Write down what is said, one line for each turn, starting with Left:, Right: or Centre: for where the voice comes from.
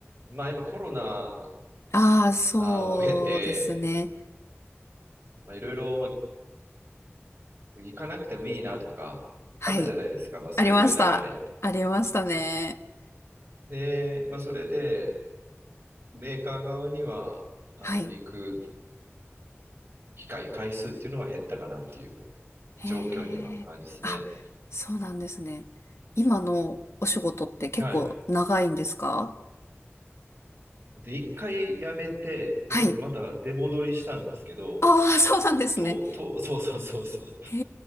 Right: まあ今コロナ
Left: ああ、そうですね。
Right: あを経て、まあいろいろまあ行かなくてもいいなとか、
Left: はい。
Right: あったじゃないですか、まあそういう流れ。
Left: ありました。ありましたね。
Right: で、まあそれで、メーカー側には、あの、
Left: はい。
Right: 行く機会、回数っていうのは減ったかなっていうような
Left: へえ、
Right: 状況に今ある感じですね。
Left: あ、そうなんですね。今のお仕事って結構長いんですか
Right: はい。で、一回やめて、で、
Left: はい。
Right: 僕また出戻りしたんですけど、
Left: ああ、そうなんですね。
Right: と、と、<laughs> そうそうそうそう。
Left: へ